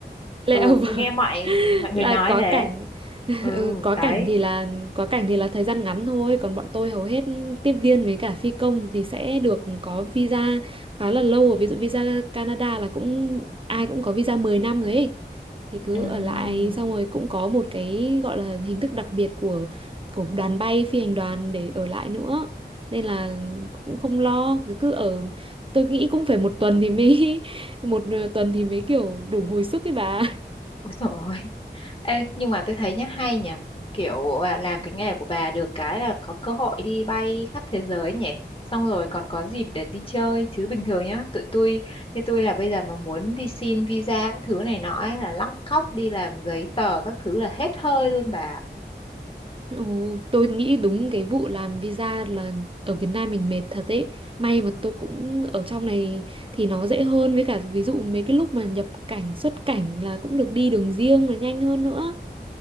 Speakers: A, on the right; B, on the left.
A: layover
B: Ừ, tôi nghe mọi
A: <laughs>
B: mọi người
A: là
B: nói
A: quá
B: thế.
A: cảnh <laughs>
B: Ừ,
A: ừ, quá
B: đấy.
A: cảnh thì là quá cảnh thì là thời gian ngắn thôi còn bọn tôi hầu hết tiếp viên với cả phi công thì sẽ được có visa khá là lâu rồi. ví dụ visa Canada là cũng ai cũng có visa 10 năm rồi ấy thì cứ
B: Ừm,
A: ở lại xong rồi cũng có một cái gọi là hình thức đặc biệt của của đoàn bay phi hành đoàn để ở lại nữa nên là cũng không lo cứ cứ ở tôi nghĩ cũng phải một tuần thì mới <laughs> một ờ, tuần thì mới kiểu đủ hồi sức ấy bà
B: Úi dồi ôi, Ê, nhưng mà tôi thấy nhá hay nhỉ kiểu à, làm cái nghề của bà được cái là có cơ hội đi bay khắp thế giới nhỉ xong rồi còn có dịp để đi chơi chứ bình thường nhá tụi tôi như tôi là bây giờ mà muốn đi xin visa các thứ này nọ ấy, là lóc cóc đi làm giấy tờ các thứ là hết hơi luôn bà ạ.
A: Ồ, tôi nghĩ đúng cái vụ làm visa là ở Việt Nam mình mệt thật ấy. May mà tôi cũng ở trong này thì nó dễ hơn với cả ví dụ mấy cái lúc mà nhập cảnh xuất cảnh là cũng được đi đường riêng là nhanh hơn nữa.